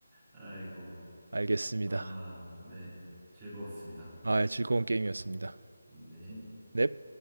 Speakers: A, in the centre; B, on the right (about 75°).
A: 아이고,
B: 알겠습니다.
A: 아, 네. 즐거웠습니다.
B: 아, 예, 즐거운 게임이었습니다.
A: 네.
B: 넵.